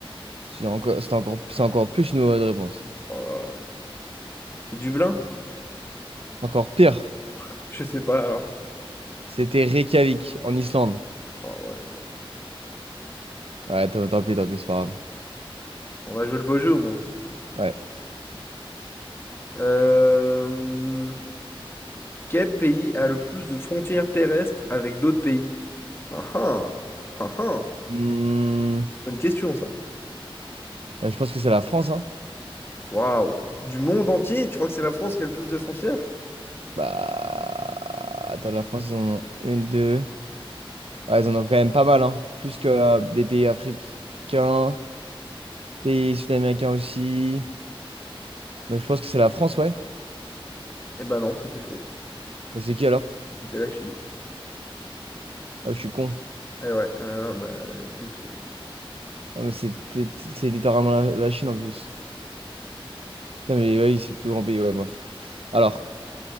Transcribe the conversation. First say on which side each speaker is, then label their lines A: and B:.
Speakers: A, on the right; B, on the left.
A: C'est une encore, c'est encore, c'est encore plus une mauvaise réponse.
B: Oh là là. C'est Dublin?
A: Encore pire.
B: <laughs> Je sais pas, alors.
A: C'était Reykjavik, en Islande.
B: Oh ouais, non.
A: Ouais, tant tant pis, tant pis, c'est pas grave.
B: On a joué le beau jeu, au moins.
A: Ouais.
B: Euh... Quel pays a le plus de frontières terrestres avec d'autres pays? Ah ah. Ah ah.
A: Hmm,
B: Bonne question, ça.
A: bah, je pense que c'est la France, hein.
B: Waouh! Du monde entier, tu crois que c'est la France qui a le plus de frontières?
A: Bah. Attends, la France, ils en ont une, deux. Ouais, ils en ont quand même pas mal, hein. Plus que euh, des pays africains, pays sud-américains aussi. Donc je pense que c'est la France, ouais.
B: Eh ben non, c'était faux.
A: Bah, c'est qui alors?
B: C'était la Chine.
A: Ah, je suis con.
B: Eh ouais, ah, bah écoute, euh,
A: Ah, mais c'est c'est- c'est littéralement la, la Chine en plus. Non, mais oui, c'est le plus grand pays. Ouais, bref. Alors,